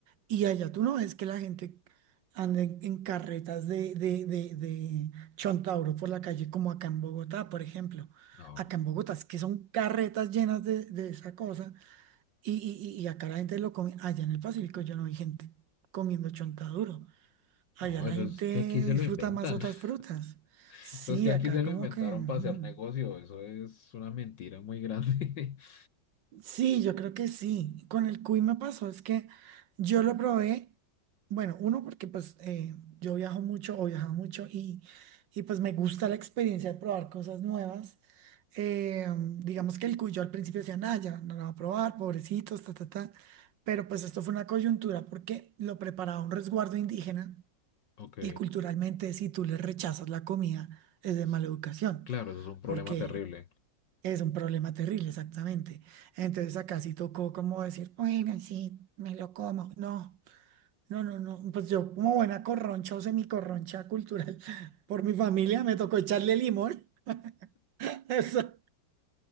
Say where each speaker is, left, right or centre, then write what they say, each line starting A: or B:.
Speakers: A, on the right; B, on the left.
A: y allá tú no ves que la gente anda en, en carretas de, de, de, de Chontauro por la calle, como acá en Bogotá, por ejemplo.
B: No,
A: Acá en Bogotá es que son carretas llenas de, de esa cosa Y, y- y acá la gente lo come, allá en el Pacífico yo no vi gente comiendo chontaduro. Allá
B: no,
A: la
B: eso
A: gente
B: es que aquí se
A: disfruta
B: lo inventan.
A: más otras
B: <laughs>
A: frutas. Sí,
B: Eso es que aquí
A: acá
B: se lo
A: como
B: inventaron
A: que... mm.
B: para hacer negocio. Eso es una mentira muy grande. <laughs>
A: Sí, yo creo que sí. Con el cuy me pasó, es que yo lo probé, bueno, uno porque pues eh, yo viajo mucho o viajaba mucho y, y pues me gusta la experiencia de probar cosas nuevas. Eh, digamos que el cuy yo al principio decía, nada, ya no lo va a probar, pobrecitos, ta, ta, ta. Pero pues esto fue una coyuntura porque lo preparaba un resguardo indígena
B: Ok,
A: y culturalmente si tú le rechazas la comida es de
B: s-
A: mala educación
B: claro, eso es un problema
A: porque
B: terrible.
A: es un problema terrible, exactamente. Entonces acá sí tocó como decir, bueno, sí, me lo como. No, no, no, no. Pues yo como buena corroncha o semicorroncha cultural <laughs> por mi familia, me tocó echarle limón. <laughs> Eso,